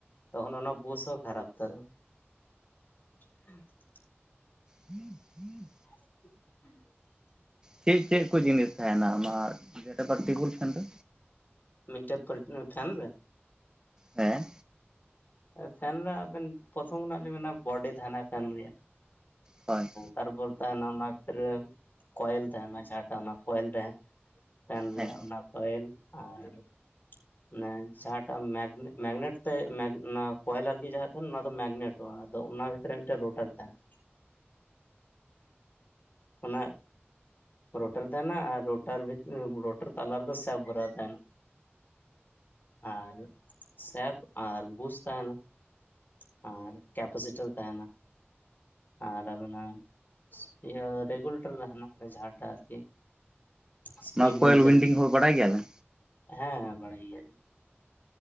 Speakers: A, on the left; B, on the right.
A: ᱛᱚ ᱚᱱᱚ ᱚᱱᱟ ᱵᱩᱥ ᱦᱚᱸ ᱠᱷᱟᱨᱟᱯ ᱩᱛᱟᱹᱨᱚ <inaudible>
B: ᱦᱩᱸ ᱦᱩᱸ
A: <unintelligible>
B: <inaudible> ᱪᱮᱫ ᱪᱮᱫ ᱠᱚ ᱡᱤᱱᱤᱥ ᱛᱟᱦᱮᱸᱱᱟ ᱟᱢᱟᱜ ᱞᱮᱴᱟᱨ ᱴᱮᱵᱩᱞ ᱯᱷᱮᱱ ᱨᱮ?
A: <unintelligible> ᱯᱷᱮᱱ ᱨᱮ᱾
B: ᱦᱮᱸ
A: ᱯᱷᱮᱱ ᱨᱮ ᱟᱵᱮᱱ ᱯᱨᱚᱛᱷᱚᱢ ᱠᱷᱚᱱᱟᱜ ᱞᱤᱧ ᱢᱮᱱᱟ ᱵᱳᱰᱤ ᱛᱟᱦᱮᱱᱟ ᱯᱷᱮᱱ ᱨᱮᱭᱟᱜᱼᱼ
B: ᱦᱳᱭ,
A: ᱛᱟᱨᱯᱚᱨ ᱛᱟᱦᱮᱸᱱᱟ ᱚᱱᱟ ᱵᱷᱤᱛᱨᱤ ᱨᱮ, ᱠᱚᱭᱮᱞ ᱛᱟᱦᱮᱸᱱᱟ ᱡᱟᱦᱟᱸᱴᱟᱜ ᱚᱱᱟ ᱠᱚᱭᱮᱞ ᱛᱟᱦᱮᱸᱱ ᱾ ᱯᱷᱮᱱ ᱨᱮᱭᱟᱜ
B: ᱦᱮᱸ
A: ᱚᱱᱟ ᱠᱚᱭᱮᱞ ᱟᱨᱼᱼ ᱢᱟᱱᱮ ᱡᱟᱦᱟᱸᱴᱟᱜ ᱢᱮᱜ ᱢᱮᱜᱱᱮᱴ ᱛᱮ ᱚᱱᱟ ᱠᱚᱭᱮᱞ ᱟᱨᱠᱤ ᱡᱟᱦᱟᱸ ᱛᱟᱦᱮᱸᱱ ᱚᱱᱟ ᱫᱚ ᱢᱮᱜᱱᱮᱴᱚᱜ-ᱟ ᱟᱫᱚ ᱚᱱᱟᱼᱼ ᱢᱤᱫᱴᱮᱱ ᱨᱳᱴᱟᱨ ᱛᱟᱦᱮᱸᱱᱟ ᱚᱱᱟᱼᱼ ᱨᱳᱴᱟᱨ ᱛᱟᱦᱮᱸᱱᱟ ᱟᱨ ᱨᱳᱴᱟᱨ ᱵᱷᱤᱛᱨᱤ ᱨᱳᱚᱴᱟᱨ ᱛᱟᱞᱟ ᱨᱮᱫᱚ ᱥᱮᱵᱽ ᱵᱷᱚᱨᱟᱣ ᱛᱟᱦᱮᱸᱱᱟ ᱾ ᱟᱨ ᱥᱮᱯ ᱟᱨ ᱵᱩᱥ ᱛᱟᱦᱮᱸᱱᱟ ᱾ ᱟᱨ ᱠᱮᱯᱟᱥᱤᱴᱟᱨ ᱛᱟᱦᱮᱸᱱᱟ ᱾ ᱟᱨ ᱟᱵᱤᱱᱟ ᱤᱭᱟᱹ ᱨᱮᱜᱩᱞᱮᱴᱟᱨ ᱛᱚ ᱛᱟᱦᱮᱱᱟ ᱡᱟᱦᱟᱸ ᱟᱨᱠᱤ ᱥᱤᱯᱤᱰ
B: ᱚᱱᱟ ᱠᱚᱭᱮᱞ
A: ᱢᱮᱱᱴᱮᱱ
B: ᱩᱭᱤᱱᱰᱤᱝ
A: ᱞᱟᱹᱜᱤᱫ
B: ᱦᱚᱸ ᱵᱟᱰᱟᱭ ᱜᱮᱭᱟ ᱵᱮᱱ?
A: ᱾ ᱦᱮᱸ ᱦᱮᱸ ᱵᱟᱲᱟᱭ ᱜᱮᱭᱟ ᱞᱤᱧ ᱾